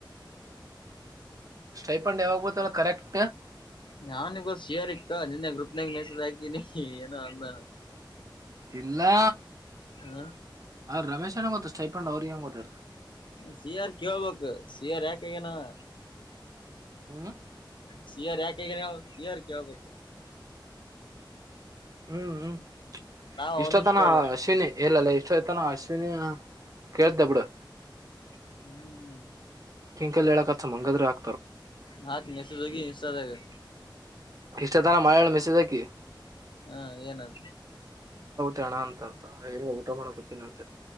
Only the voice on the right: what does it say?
ಸ್ಟೈಪಂಡ್ ಯಾವಾಗತ್ತಲ್ಲ ಕರೆಕ್ಟ್
ಇಲ್ಲ
ಹ ರಮೇಶ್ ನಂಗ ಗೊತ್ತತ್ತು ಸೈಫಂಡ್ ಅವ್ರ ಹೆಂಗ ಗೊತ್ತರ್.
ಹ್ಮ್
ಹ್ಮ್ ಹ್ಮ್
ಇಷ್ಟೊತನ
ಅಶ್ವಿನಿ ಎಲ್ಲಲ್ಲ ಆಯ್ತಾನ ಅಶ್ವಿನಿ ಕೇಳ್ತಬಡು
ಕಲ್ಲಿ ಮಂಗದ್ರ <inaudible>
ಇಷ್ಟತನ ಮಾಯೆಳ ಮೆಸೇಜ್ ಹಾಕಿ.
ತಣ ಅಂತ ಊಟ ಮಾಡ್ಕೊತಿನನಂತ